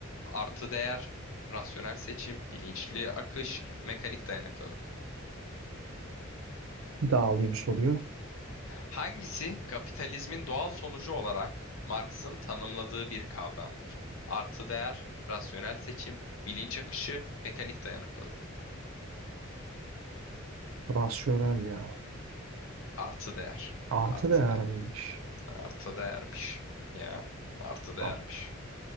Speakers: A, on the left; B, on the right.
A: Artı değer, rasyonel seçim, bilinçli akış, mekanik dayanıklılık.
B: Bir daha alayım soruyu.
A: Hangisi kapitalizmin doğal sonucu olarak Marx'ın tanımladığı bir kavramdır? Artı değer, rasyonel seçim, bilinç akışı, mekanik dayanıklılık.
B: Rasyonel ya.
A: Artı değer.
B: Artı
A: Artı
B: değer
A: değer.
B: miymiş?
A: Artı değermiş. Ya. Artı değermiş.
B: Bak.